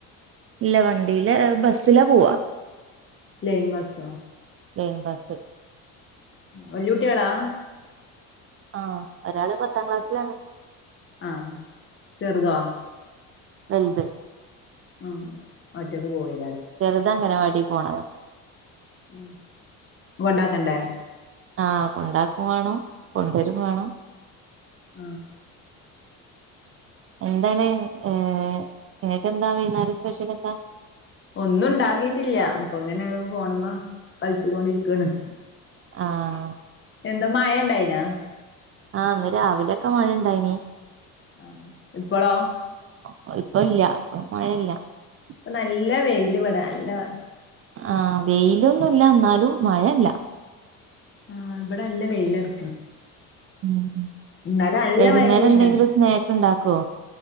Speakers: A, on the right; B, on the left.
A: ഇല്ല വണ്ടിലേ ബസില പോവാ
B: ലൈൻ ബസോ
A: ലൈൻ ബസ്
B: വല്ലുട്ടികളാ
A: ആ ഒരാള് പത്താ ക്ലാസ്സിലാണ്
B: ആ ചെറുതോ
A: വല്ത്‌
B: ആം ഒറ്റക്ക് പോയേ
A: ചെറുത് അങ്കനവാടി പോണതാ
B: മ്മ് കോണ്ടാക്കണ്ടേ
A: ആഹ് കൊണ്ടകോം വേണം കൊണ്ട്വരോം വേണം
B: ആഹ്
A: എന്താണ് ഏഹ് <unintelligible> വെയ്നേര സ്പെഷ്യലേന്താ
B: ഒന്നുണ്ടാക്കിയിട്ടില്ല എപ്പോയങ്ങനെ ഫോണുമേം കളിച്ചോണ്ടിരികാണ്
A: ആഹ്
B: എന്താ മഴയുണ്ടായിന്ന
A: ആ ഇന്ന് രാവിലെക്കേ മഴ ഉണ്ടായിനി
B: ആ എപ്പോളോ
A: കുഴപ്പമില്ലാതെ <unintelligible>
B: ഇപ്പോ നല്ല വെയിലിവിടെ <unintelligible>
A: ആഹ വെയിലൊന്നുമില്ല എന്നാലും മഴയില്ല
B: ആ ഇവിടെ നല്ല വെയിലാണ്
A: <unintelligible>
B: ഇന്നല്ലേ നല്ല
A: വൈകുന്നേരം
B: മഴയാണീന്ന്
A: എന്തെങ്കിലും സ്നാക്ക് ഇണ്ടാക്കോ?